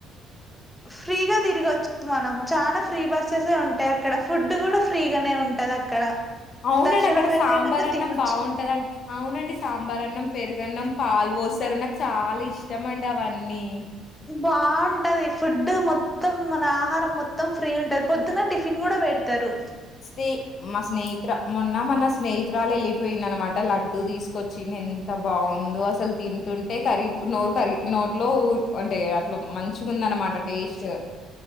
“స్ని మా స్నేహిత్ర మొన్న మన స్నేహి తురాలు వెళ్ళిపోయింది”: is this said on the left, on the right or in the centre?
Left